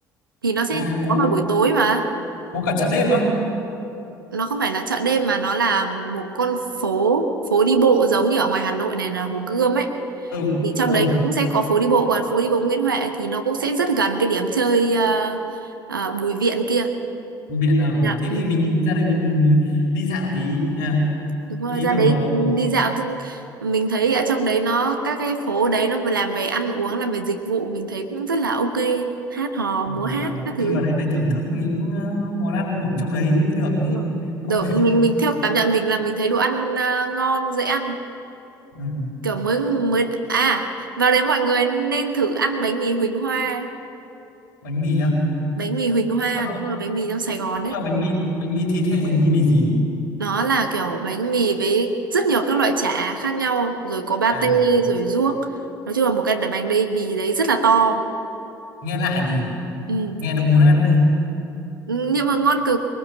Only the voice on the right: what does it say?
thì nó sẽ
có vào buổi tối mà
nó không phải là chợ đêm mà nó là một con phố phố đi bộ giống như ở ngoài Hà Nội này là Hồ Gươm ấy
thì trong
đấy nó cũng sẽ có phố đi bộ còn phố đi bộ Nguyễn Huệ thì nó cũng sẽ rất gần cái điểm chơi ờ, ờ, Bùi Viện kia
dạ,
ừ.
Đúng rồi,
ra
đấy
đi dạo tức mình thấy ở trong đấy nó các cái phố đấy nó vừa làm về ăn uống làm về dịch vụ mình thấy cũng rất là ok hát hò
múa hát
các
thứ
Đúng rồi
đồ,
mình mình theo cảm nhận mình là mình thấy đồ ăn à, ngon dễ ăn
kiểu mới mới à vào đấy mọi người nên thử ăn bánh mì Huỳnh Hoa
bánh mì Huỳnh Hoa
đúng rồi bánh mì trong Sài Gòn
ấy
nó là kiểu bánh mì với rất nhiều các loại chả khác nhau rồi có pate
rồi ruốc nói chung là một cái bánh đây mì đấy rất là to
Ừ.
Ừ, Nhưng mà ngon cực